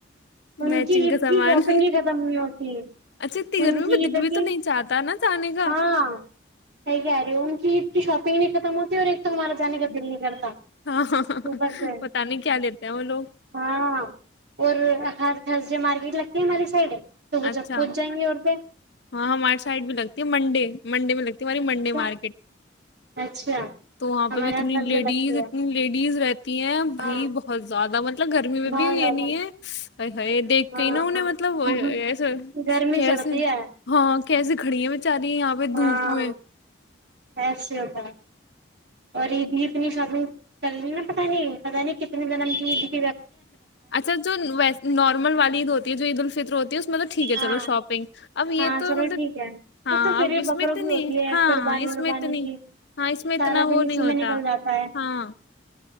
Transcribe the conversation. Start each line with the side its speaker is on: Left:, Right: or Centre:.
Right: ان
Left: میچنگ
Right: کی عید
Left: کا سامان
Right: کی شاپنگ ہی ختم ہوئی ہوتی ہے
Left: اچھا اتنی گرمی
Right: ان کی
Left: میں
Right: ع
Left: دل بھی تو نہیں چاہتا نا جانے کا
Right: ہاں س کہ رہے ان کی شاپنگ کی ختمات ایک تو ہمارا جانے کا دل نہیں کرتا
Left: ہاں پتا
Right: صبح سے
Left: نہیں کیا لیتے ہیں وہ لوگ
Right: ہاں اور ہ ج مارکیٹ لگتے ہے می سائڈ ہے تو وہ
Left: اچھا
Right: جب پہنچ جائیں گی اور پ
Left: ہاں ہماریے سائڈ بھی لگتی ہے منڈے منڈے میں لگتی ہماری منڈے
Right: اچھا
Left: مارکیٹ
Right: اچھا
Left: تو وہاں
Right: ہمارے
Left: پہ بھی اتنی
Right: یہاں تھرسڈے
Left: لیڈیز
Right: لگتی ہے
Left: اتنی لیڈیز رہتی ہیں
Right: ہاں
Left: بھائی بہت زیادہ مط مطلب گرمی میں
Right: بہت
Left: بھی یہ
Right: زیادہ
Left: نہیں ہے یہ دیکھ
Right: ہاں
Left: کے ہی نا انہیں
Right: ہاں
Left: مطلب ایسا
Right: گرمی
Left: کیسے
Right: چڑھتی ہے
Left: ہاں کیسیے کھڑیا بیچاری یہاں پہ
Right: ہاں
Left: دھوپ میں
Right: ایسے ہوتا اور یہید اتنی شاپنگ کر رہی ہے نا پتا نہیں پتا نہیں کتنی لگ
Left: اچھا جو وی نارمل والی عید ہوتی ہے جو عید الفطر ہوتی ہے مطلب ٹھیک ہے
Right: ہاں
Left: چلو شاپنگ اب یہ
Right: ہاں
Left: تو
Right: چلو
Left: مطلب
Right: ٹھیک ہے
Left: ہاں
Right: یہ تو پھر
Left: اب
Right: بھی
Left: اس
Right: بکروں
Left: میں اتنی
Right: کی ہوتی ہے
Left: ہاں
Right: قربانی
Left: اس
Right: وربانی
Left: میں اتنی
Right: کی
Left: ہاں اس میں اتنا
Right: سارا
Left: وہ
Right: دن اسی
Left: نہیں ہوتا
Right: میں نکل جاتا ہے
Left: ہاں